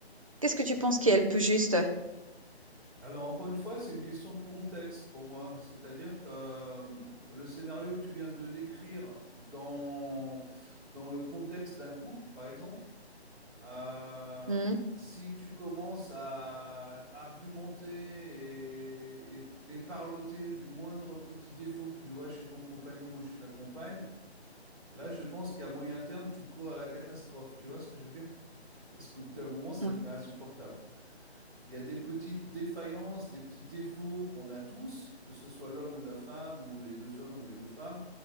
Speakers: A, on the right; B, in the centre.
A: Qu'est-ce que tu penses qui est le plus juste?
B: Alors, encore une fois, c'est une question de contexte pour moi. C'est-à-dire que euh, le scénario que tu viens de décrire dans, dans le contexte d'un couple, par exemple, euh,
A: Mmh
B: si tu commences à argumenter et, et- et parloter du moindre petit défaut que tu vois chez ton compagnon ou chez ta compagne, là, je pense qu'à moyen terme, tu cours à la catastrophe. Tu vois ce que je veux dire? Parce qu'au bout d'un moment, ça
A: Ouais.
B: devient insupportable. Il y a des petites défaillances, des petits défauts qu'on a tous, que ce soit l'homme ou la femme, ou les deux hommes ou les deux femmes,